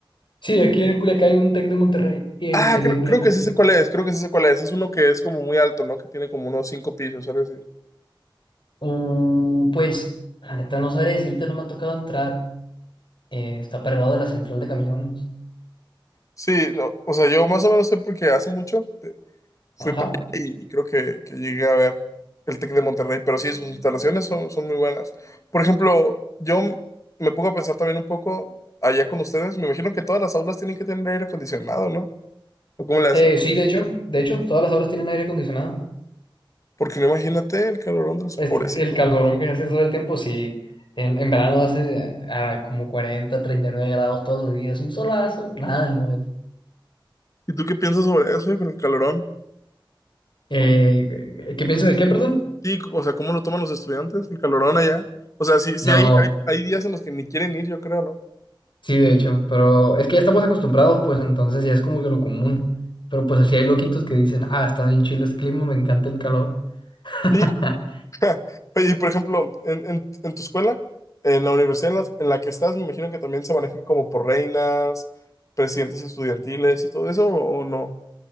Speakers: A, on the left; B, on the left.
A: Sí, aquí en Culiacán hay un Tec de Monterrey y hay
B: Ah,
A: un Tec
B: creo,
A: de Culiacán.
B: creo que sí sé cuál es, creo que sí sé cuál es. Es uno que es como muy alto, ¿no? Que tiene como unos cinco pisos, algo así.
A: Uh, pues, la neta no sabré decirte, no me ha tocado entrar. Eh, está para el lado de la central de camiones.
B: Sí, no, o sea, yo más o menos sé porque hace mucho eh, fui
A: Ajá.
B: para allá y creo que, que llegué a ver el Tec de Monterrey, pero sí, sus instalaciones son, son muy buenas. Por ejemplo, yo m- me pongo a pensar también un poco allá con ustedes. Me imagino que todas las aulas tienen que tener aire acondicionado, ¿no? ¿O cómo le hacen?
A: Eh, sí, de hecho, de hecho, todas las aulas tienen aire acondicionado.
B: Porque no imagínate el calorón de los
A: Este,
B: pobrecitos.
A: el calorón que hace todo el tiempo, sí. En, en verano hace ah, como cuarenta, treinta y nueve grados todos los días, un solazo, nada, no.
B: ¿Y tú qué piensas sobre eso, eh, con el calorón?
A: Eh, ¿qué pienso de qué, perdón?
B: Sí, c- o sea, ¿cómo lo toman los estudiantes, el calorón allá? O sea, sí, sí
A: No,
B: hay, hay, hay días en los que ni quieren ir, yo creo, ¿no?
A: sí, de hecho, pero es que ya estamos acostumbrados, pues entonces ya es como que lo común. Pero pues así hay loquitos que dicen, ah, está bien chido este clima, me encanta el calor. <laughs>
B: Oye, <laughs> oye, y por ejemplo, en, en, en tu escuela, en la universidad en la, en la que estás, me imagino que también se manejan como por reinas, presidentes estudiantiles y todo eso, ¿o, o no?